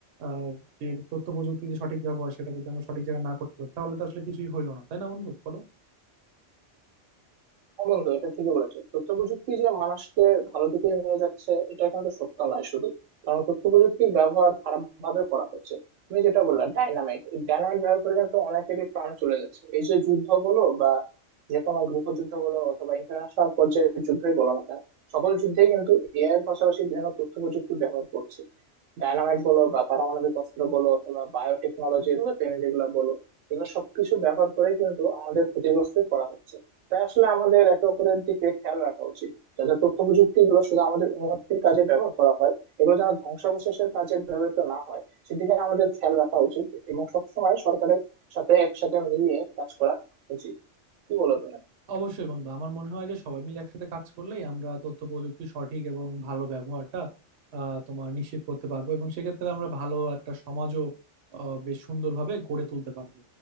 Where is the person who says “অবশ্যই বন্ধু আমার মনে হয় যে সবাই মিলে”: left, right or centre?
Right